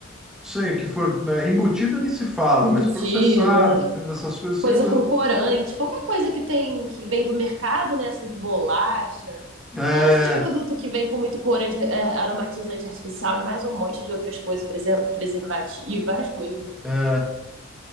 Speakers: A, in the centre; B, on the right.
A: não sei, que for é, embutido nem se fala,
B: Embutido,
A: mas processado,
B: é.
A: essas coisas
B: coisa
A: assim, eu-
B: com corante, qualquer coisa que tem que vem do mercado, né? Essas bolachas,
A: é,
B: todos esses produtos que vêm com muito corante, é, é, aromatizante artificial e mais um monte de outras coisas, preser- preservativo, várias coisas, né?
A: é,